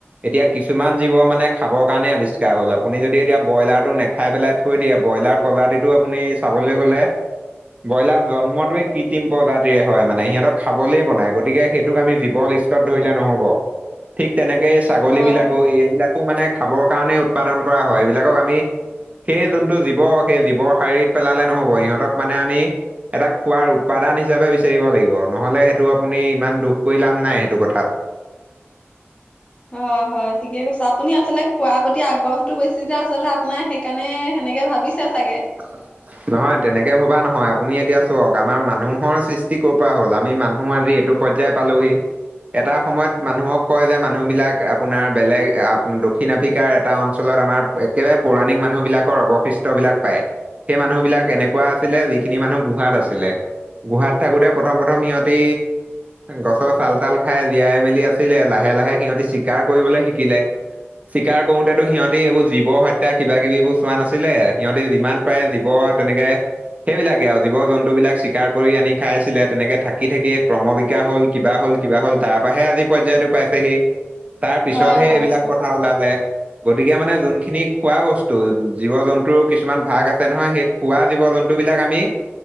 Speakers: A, on the right; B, on the left.
A: এতিয়া কিছুমান জীৱ মানে খাবৰ কাৰণে আৱিষ্কাৰ হ'ল আপুনি যদি এতিয়া ব্ৰইলাৰটো নেখাই পেলাই থৈ দিয়ে ব্ৰইলাৰ প্ৰজাতিটো আপুনি চাবলে গ'লে ব্ৰইলাৰ জন্মটোৱে কৃত্ৰিম প্ৰজাতিৰে হয় মানে সিহঁতক খাবলে বনায় গ গতিকে সেইটোক আমি জীৱ লিষ্টত ধৰিলে নহ'ব ঠিক তেনেকে ছাগলীবিলাকো
B: হয় হয়।
A: এইবিলাক মানে খাবৰ কাৰণে উৎপাদন কৰা হয় এইবিলাকক আমি সেই যোনটো জীৱ, সেই জীৱৰ শাৰীত পেলালে নহ'ব সিহঁতক মানে আমি এটা খোৱাৰ উৎপাদান হিচাপে বিচাৰিব লাগিব নহ'লে সেইটো আপুনি ইমান দুখ কৰি লাভ নাই সেইটো কথাত।
B: হয় হয় ঠিকে কৈছে। আপুনি আচলতে খোৱাৰ প্ৰতি আগ্ৰহটো বেছি যে আচলতে আপোনাৰ সে সেইকাৰণে সেনেকে ভাবিছে চাগে।
A: <inaudible> নহয় তেনেকে ভবা নহয়। আপুনি এতিয়া চওক আমাৰ মানুহৰ সৃষ্টি কৰ পৰা হ'ল আমি মানুহ আজি এইটো পৰ্যায় পালোহি। এটা সময়ত মানুহক কয় যে মানুহবিলাক আপোনাৰ বেলেগ দক্ষিণ আফ্ৰিকাৰ এটা অঞ্চলত আমাৰ একেবাৰে পৌৰাণিক মানুহবিলাকৰ অৱশিষ্টবিলাক পায়। সেই মানুহবিলাক এনেকুৱা আছিলে যিখিনি মানুহ গুহাত আছিলে। গুহাত থাকোতে প্ৰথম প্ৰথম সিহঁতি গছৰ চাল তাল খাই জীয়াই মেলি আছ আছিলে, লাহে লাহে সিহঁতি চিকাৰ কৰিবলে শিকিলে। চিকাৰ কৰোতেটো সিহঁতি এইবোৰ জীৱ হত্যা কিবা কিবিবোৰ চোৱা নাছিলে সিহঁতি যিমান পায় জীৱ তেনেকে সেইবিলাকে আৰু জীৱ-জন্তুবিলাক চিকাৰ কৰি আনি খাইছিলে তেনেকে থাকি থাকিয়ে ক্ৰমবিকা হ'ল। কিবা হ'ল কিবা হ'ল তাৰ পৰাহে আজি পৰ্যায়তো পাইছেহি। পিছতহে
B: হয় হয়
A: এইবিলাক
B: হয়।
A: প্ৰথা ওলালে। গতিকে মানে যোনখিনি খোৱা বস্তু জীৱ-জন্তুৰো কিছুমান ভাগ আছ আছে নহয়, সেই খোৱা জীৱ-জন্তুবিলাক আমি